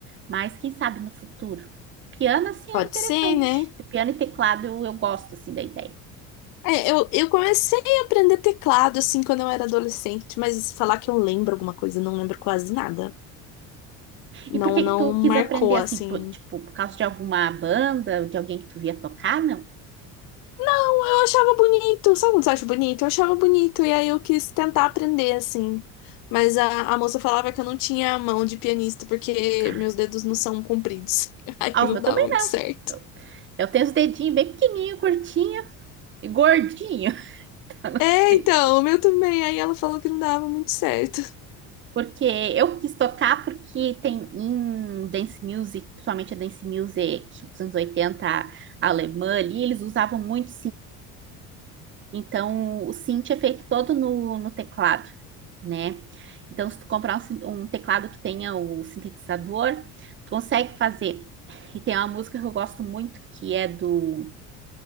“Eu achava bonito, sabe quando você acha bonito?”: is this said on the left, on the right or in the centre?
Left